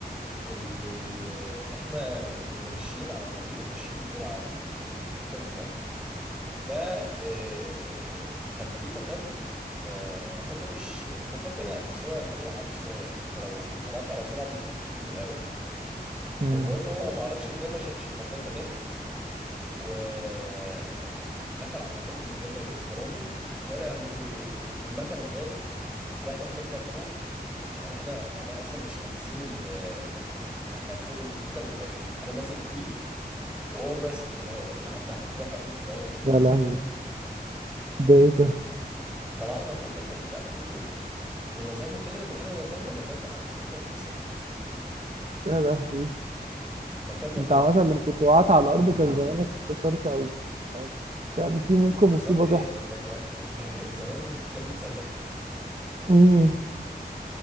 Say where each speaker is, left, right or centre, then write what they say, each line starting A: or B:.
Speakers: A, in the centre; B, on the right.
A: اللي احنا كنا ماشيين على طريق وماشيين بسرعه قوي بالسكوتر بتاعه ف آه، كان في مطب آه، مطب مش مطب ناعم بس هو يعني ايه عالي شويه يعني انت لو طلعت على سرعه ممكن تطير في الهواء
B: مم.
A: فالمهم هو ما اعرفش ازاي ما شافش المطب ده ودخل على المطب من غير ما يدوس فرامل يا لهوي المكنه طارت واحنا طلنا لفوق ف- يعني احنا احنا اصلا مش لامسين ال- السكوتر احنا فوق السكوتر وطايرين انا ماسك فيه وهو ماسك في الهواء كده عم <laughs> رفع ايده في الهواء كأنه
B: يا
A: عصفوره
B: لهوي ده ايه ده
A: طلعنا فوق مثلا بتاع 2 متر ونزلنا تاني لما جينا نزلنا نزلنا على السكوتر بالظبط
B: يا لهوي
A: مكان ما
B: انت
A: طرنا
B: مثلا لو كنت وقعت على الارض كان زمانك اتكسرت او يعني كان في ممكن مصيبه
A: كسرت ايه
B: تحصل
A: ده كان ده كان زمان فخدي اتسلخت
B: مم.